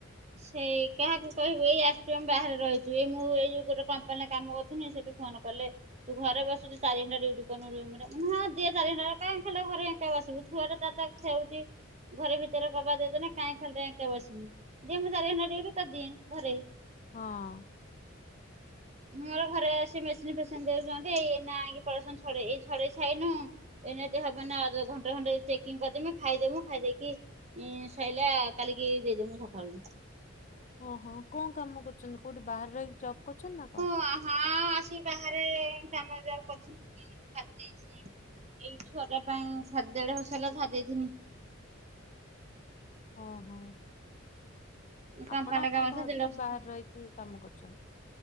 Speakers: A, on the right; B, on the left.
A: ସେଇ କାହାକୁ କହିବୁ ଏଇ ଆସିଚୁ ଆମେ ବାହାରେ ରହିଚୁ ଏଇ ମୁଁ ଏଇ ଯୋଉ ଗୋଟେ କମ୍ପାନୀରେ କାମ କରୁଥିଲି ସେଠୁ ଫୋନ କଲେ। ତୁ ଘରେ ବସୁଚୂ ଚାରି ଘଣ୍ଟା ଡ୍ୟୁଟି କରିନୁ ରୁମ ରେ ମୁଁ କହିଲି ହଁ ଦିଅ ଚାରି ଘଣ୍ଟା ଟା କାଇଁ ଖାଲି ଟାରେ ଘରେ ଏକା ବସିବୁ ଛୁଆର ତାର ତ ଖେଳୁଚି ଘରେ ଭିତେରେ କବାଟ ଦେଇଦେନେ କାଇଁ ଖାଲି ଟାରେ ଏକା ବସିବି। ଯେ ମୁଁ ଚାରି ଘଣ୍ଟା ଡ୍ୟୁଟି କରିଦିଏଁ ଘରେ।
B: ହଁ।
A: ମୋର ଘରେ ଆସି ମେସିନ ଫେସିନ୍ ଦେଉଚନ୍ତି ଏଇ ଏଇନା ଆଇକି ପଫସନ ଛଡେଇ ଏଇ ଛଡେଇ ସାଇନୁ। ଏଇନେ ଯଦି ହବ ନା ଅ ଘଣ୍ଟେ ଘଣ୍ଟେ ଚେକିଂ କରିଦେମି ଖାଇଦେମୁୁ ଖାଇଦେଇକି ଇଁ ସଇଲା କାଲି କି ଦେଇଦେମୁ ସଖାଳୁକୁ।
B: ଓହୋ କଣ କାମ କରୁଚନ୍ତି କୋଉଟୀ ବାହାରେ ରହିକି ଜବ୍ କରୁଚନ୍ତି ନା କଣ?
A: ହଁ ହଁ ଆସି ବାହାରେ କାମ ଯାହା ହଉ କରଥିନୁ। <unintelligible> ଛାଡି ଦେଇଚି ଏଇ ଛୁଆ ଟା ପାଇଁ ସା ଦେଢ ବର୍ଷ ହେଲା ଛାଡି ଦେଇଥିନି।
B: ଓହୋ
A: କମ୍ପାନୀ
B: ଆପଣ ଆପଣଙ୍କ
A: କାମ ଥିଲା
B: ହଜବେଣ୍ଡ
A: ଦେଢ ବର୍ଷ
B: ବାହାରେ ରହିକି କାମ କରୁଚନ୍ତି?